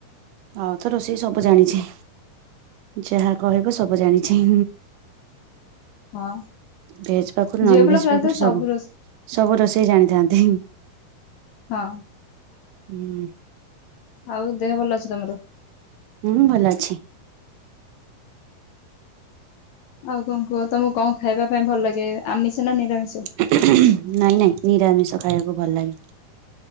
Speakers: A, on the right; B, on the left.
A: ଆଉ ତ ରୋଷେଇ ସବୁ ଜାଣିଛି। ଯାହା କହିବ ସବୁ ଜାଣିଛିଁ।
B: ହଁ।
A: ଭେଜ ପାଖରୁ
B: ଝିଅ
A: ନନ୍
B: ପିଲା
A: ଭେଜ
B: ପ୍ରାୟତଃ
A: ପାଖରୁ ସବୁ
B: ରୋଷେ
A: ସବୁ ରୋଷେଇ ଜାଣିଥାନ୍ତି।
B: ହଁ।
A: ହୁଁ।
B: ଆଉ ଦେହ ଭଲ ଅଛି ତମର।
A: ହୁଁ ଭଲ ଅଛି।
B: ଆଉ କଣ କୁହ ତମକୁ କଣ ଖାଇବା ପାଇଁ ଭଲ ଲଗେ ଆମିଷ ନା ନିରାମିଷ।
A: ନାଇଁ ନାଇଁ ନିରାମିଷ ଖାଇବାକୁ ଭଲ ଲାଗେ।